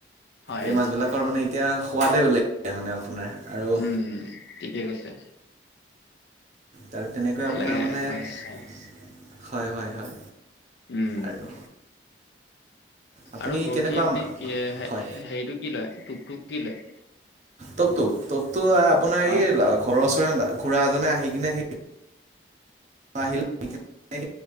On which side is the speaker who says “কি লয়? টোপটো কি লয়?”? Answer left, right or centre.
Left